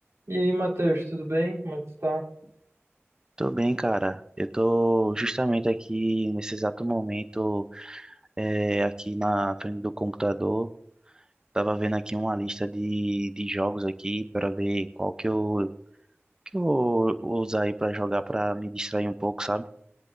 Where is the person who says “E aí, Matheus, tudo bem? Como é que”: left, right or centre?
Right